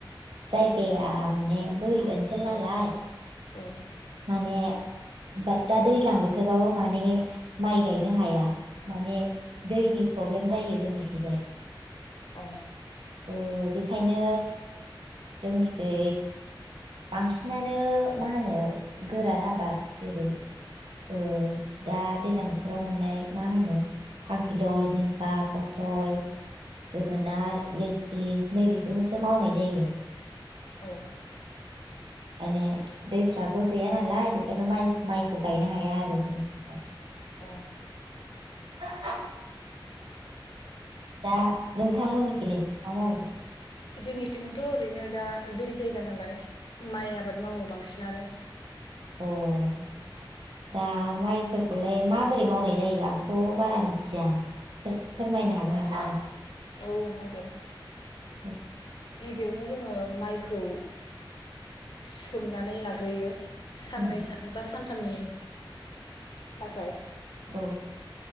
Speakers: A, on the right; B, on the left.
A: जायगाया माने बोरि ओनसोल नालाय
B: औ औ
A: माने बाट दा दैज्लां बोथोरबाबो माने माइ गायनो हाया माने दैनि प्रब्लेम जायो जोंनिखिजाय।
B: अ
A: ओ बेखायनो जोंनिखै बांसिनानो मा होनो गोरान आबाद जेरै ओ दा दैज्लां बोथोराव मोननाय मा होनो खांखिलर, जिंखा, पथल, जोगोनार, लेस्रि नै बेेफोरखौसो मावनाय जायो।
B: औ।
A: माने दैफ्राबो गैया नालाय बेखायनो माइ माइखौ गायनो हाया आरो जोंनिखिजाय।
B: अ
A: <inaudible> दा नोंथांमोननिखैलाय मा मावो?
B: जोंनिथिंथ' ओरैनो दा दै जायगा नालाय माइ आबाद मावो बांसिन। नानो।
A: अह दा माइफोरखौलाय माबोरै मावनाय जायो आंथ' बारा मिथिया खो फोरमायनो हागोन नामा?
B: औ हागोन।
A: दे।
B: गिबियावनो जोङो माइखौ सोमनानै लाग्रोयो। साननै
A: उम
B: सान बा सान थामनि थाखाय
A: औ